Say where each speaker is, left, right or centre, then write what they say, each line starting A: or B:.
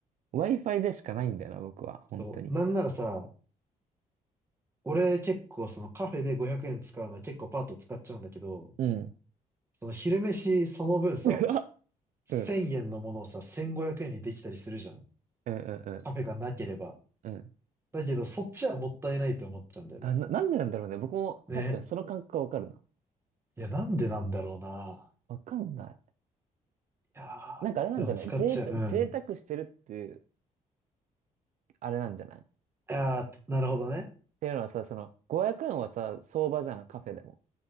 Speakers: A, on the right; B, on the right.
A: Wi-Fi でしかないんだよな、僕は。
B: そう。
A: 本当に。
B: なんならさ、俺結構そのカフェで500円使うのは結構パーッと使っちゃうんだけど、
A: うん。
B: その昼飯その分さ、
A: <laughs>
B: 1000円のものをさ、
A: うん
B: 1500円にできたりするじゃん。
A: うんうんうんうん。
B: カフェがなければ。
A: うん
B: だけどそっちはもったいないと思っちゃうんだよね。
A: あ、な、なんでなんだろうね。僕も確かにその感覚はわかるな。
B: ね。いや、なんでなんだろうな。
A: わかんない。
B: いやー、
A: なんかあれなんじゃない贅沢、
B: でも使っちゃう。うん。
A: 贅沢してるっていう、あれなんじゃないっ
B: いやー、なるほどね。
A: ていうのはさ、その、500円はさ、相場じゃん、カフェでも。